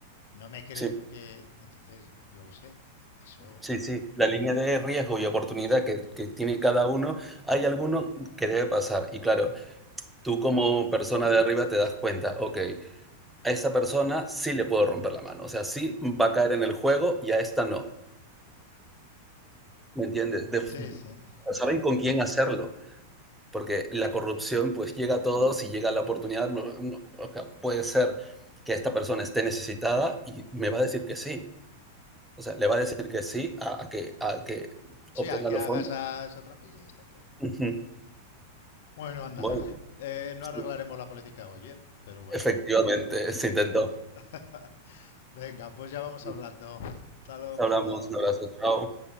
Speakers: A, on the left; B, in the centre.
A: No me creo
B: sí,
A: que... Entonces, yo qué sé, eso...
B: sí, sí, la línea de riesgo y oportunidad que que tiene cada uno, hay alguno que debe pasar. Y claro, tú como persona de arriba te das cuenta, okey, a esa persona sí le puedo romper la mano, o sea, sí va a caer en el juego y a esta no, ¿me entiendes? Def
A: Sí, sí, pero...
B: saben con quién hacerlo, porque la corrupción, pues, llega a todos y llega la oportunidad, no- no- o sea, puede ser que esta persona esté necesitada y me va a decir que sí. O sea, le va a decir que sí a a que a que
A: Sí,
B: obtenga
A: a que
B: los
A: hagas
B: fondos.
A: esa, esa trampilla, está claro.
B: Ujú.
A: Bueno, anda.
B: Bueno,
A: Eh, no
B: sí,
A: arreglaremos la política hoy, ¿eh? Pero bueno.
B: efectivamente, se intentó.
A: <laughs> Venga, pues ya vamos
B: Sí,
A: hablando. <laughs> Hasta luego,
B: Nos hablamos,
A: Pablo.
B: un abrazo, chao.